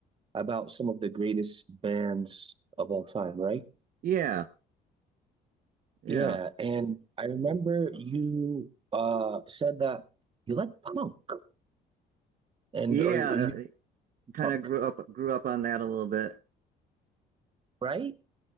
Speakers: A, on the right (about 30°); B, on the right (about 55°).
A: about some of the greatest bands of all time, right?
B: Yeah, yeah,
A: Yeah, and I remember you uh said that you like punk and
B: yeah.
A: or you you like
B: Kind
A: punk,
B: of grew up grew up on that a little bit.
A: right?